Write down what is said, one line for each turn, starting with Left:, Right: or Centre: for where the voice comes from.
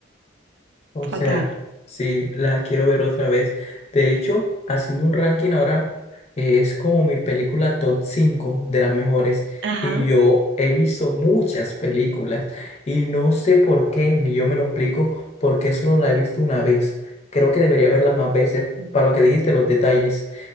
Left: O
Right: Fatal.
Left: sea, sí, la quiero ver otra vez. De hecho, haciendo un ranking ahora, eh, es como mi película top 5 de las mejores.
Right: Ajá.
Left: Y yo he visto muchas películas y no sé por qué, ni yo me lo explico, porque solo la he visto una vez. Creo que debería verlas más veces
Right: Ujú.
Left: para lo que dijiste, los detalles.